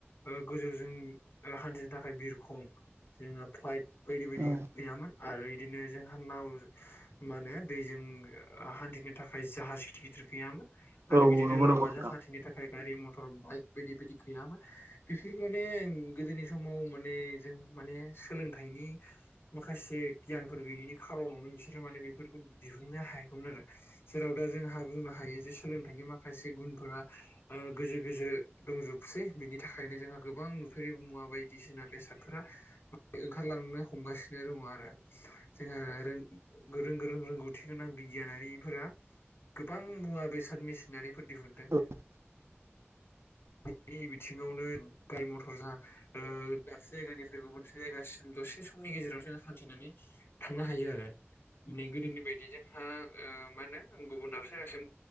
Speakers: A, on the left; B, on the right.
A: ओ गोजौजों हान्थिनो थाखाय बिरखं जोङो फ्लाइट बायदि बायदि
B: औ
A: गैयामोन। आरो इदिनो जोंहा नाव मा होनो दैजों हान्थिनो थाखाय जाहाज गिदिर गिदिर गैयामोन आरो
B: औ
A: बिदिनो
B: नंगौ
A: लामाजों
B: नंगौ नोंथां
A: हानथ थाखाय गारि मथर बाइक बायदि बायदि गैयामोन बिसोर माने गोदोनि समाव माने माने सोलोंथाइनि माखासे गियानफोर गैयैनि खारनावनो बिसोरो माने बेफोरखौ दिहुननो हायाखैमोन आरो जेराव दा जोंहा बुंनो हायो जे सोलोंथाइनि माखासे गुनफोरा ओ गोजौ गोजौ दंजोबसै बिनि थाखायनो जोंहा गोबां नुफेरै मुवा बायदिसिना बेसाद बेसादफोरा ओंखारलांनो हमगासिनो दङ आरो जोंहा रों गोरों गोरों रोंगौथि गोनां बिगियानारिफोरा गोबां मुवा बेसाद मेसिनारिफोर दिहुनदों।
B: <unintelligible>
A: बेनि बिथिङावनो गारि मथर जा ओ दाबसे जायगानिफ्राय गुबुनसे जायगासिम दसे एसे समनि गेजेराव जो हान्थिनानै थांनो हायो आरो बे गोदोनि बायदि जोंहा ओ मा होनो गुबुन दाबसे जायगासिम